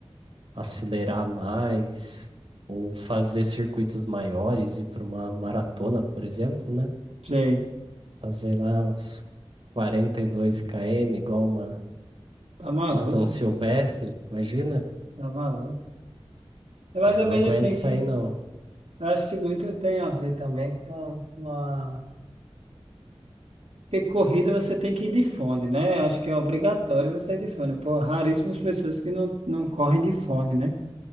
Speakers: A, on the right; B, on the right.
A: a acelerar mais ou fazer circuitos maiores e para uma maratona, por exemplo, né?
B: Sei.
A: fazer lá uns quarenta e dois km, igual uma,
B: Tá maluco,
A: uma São Silvestre, imagina?
B: tá maluco. Mas
A: Eu não
B: eu vejo
A: aguento
B: assim
A: isso
B: que
A: aí, não.
B: eu acho que muito tem a ver também com a. com a- Porque corrida você tem que ir de fone, né? Acho que é obrigatório você ir de fone. Pô, raríssimas pessoas que não, não correm de fone, né?